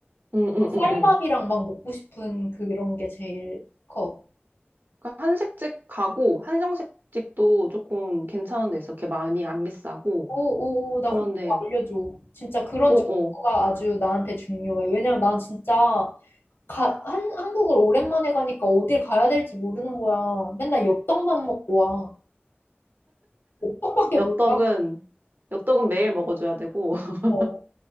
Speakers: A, on the right; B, on the left.
A: 응, 응,
B: 막
A: 응,
B: 쌀밥이랑
A: 응.
B: 막 먹고 싶은 그런 게 제일 커.
A: 그러니까 한식집 가고, 한정식집도 조금 괜찮은 데 있어. 이렇게 많이 안 비싸고,
B: 오, 오, 오, 나
A: 그런데,
B: 그거 알려줘. 진짜 그런
A: 어어.
B: 정보가 아주 나한테 중요해. 왜냐면 난 진짜 가, 한, 한국을 오랜만에 가니까 어딜 가야 될지 모르는 거야. 맨날 엽떡만 먹고 와. 엽떡밖에
A: 엽떡은
B: 몰라.
A: 엽떡은 매일 먹어줘야 되고 <laughs>
B: 어,